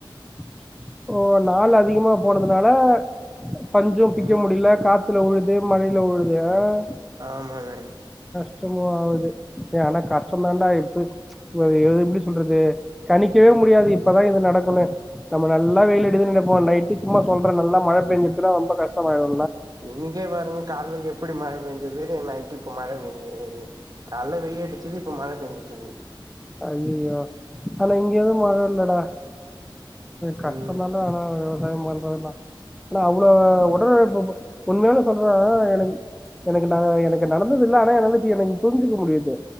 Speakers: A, in the centre; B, on the right.
A: <inaudible> ஓ நாள் அதிகமா போனதுனால பஞ்சும் பிக்க
B: ம்
A: முடியல காத்துல உழுது இதே மழைல வுழுது எஹ்
B: ஆமாண்ணே
A: கஷ்டமு ஆகுது ஏ ஆனா கஷ்டோ தான்டா <unintelligible> எப்படி சொல்றது கணிக்கவே முடியாது இப்பதா இது நடக்குனு நம்ம நல்லா வெயில் அடிக்கு நப்ப நைட்டு சும்மா சொல்றேன் நல்ல மழ பெயஞ்சுனா ரொம்ப கஷ்டாயிடு
B: இன்னைக்கே பாருங்க கால்ல எப்புடி மழ பெய்ஞ்சது இரு நைட் இப்ப மழை பெயஞ்சு கால்ல வெயில் அடிச்சது இப்ப மழ பெயஞ்சுட்டு இருக்கு
A: அய்யயோ ஆனா இங்க வந்து மழ இல்லடா கஷ்டோ
B: ம்
A: தான்டா ஆன பண்றதுல்லா ஆனா அவ்ளோ உடநில ப ப உண்மையல சொல்ற எனக்கு எனக்கு ந எனக்கு நடந்தது இல்ல ஆனா எனத்த எனக்கு புரிஞ்சுக்க முடியுது